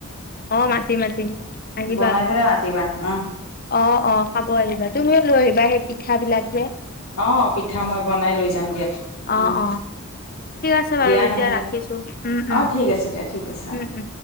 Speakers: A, on the left (about 40°); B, on the left (about 80°).
A: অ'। মাতিম। মাতিম। আহিব।
B: বনাই পেলাই মাতিবা উম
A: অ'। অ'। খাব আহিবা। তুমিও লৈ আহিবা সেই পিঠা বিলাক যে।
B: অহ। পিঠা মই বনাই লৈ যাম দিয়া।
A: অ
B: উম।
A: অ ঠিক আছে বাৰু
B: দিয়া
A: এতিয়া
B: নহ'লে।
A: ৰাখিছো উম উম
B: অ' ঠিক আছে দিয়া। ঠিক আছে। অ'হ।
A: উম উম